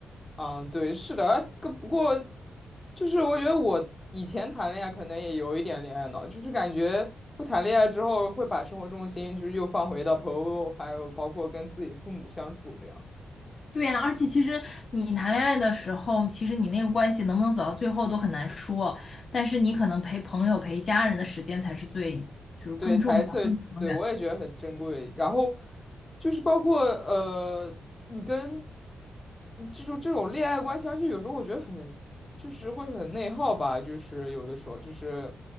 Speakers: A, on the left (about 20°); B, on the left (about 45°).
A: 嗯，对，是的，个不过就是我觉得我以前谈恋爱可能也有一点恋爱脑，就是感觉不谈恋爱之后会把生活重心就是又放回到朋友，还有包括跟自己父母相处这样。
B: 对呀，而且其实你谈恋爱的时候，其实你那个关系能不能走到最后都很难说，但是你可能陪朋友、陪家人的时间才是最，就是更重要、
A: 对，才是最，
B: 更长远
A: 对，我也觉得很珍贵。然后就是包括呃，你跟嗯这种这种恋爱关系，而且有时候我觉得很，就是会很内耗吧，就是有的时候就是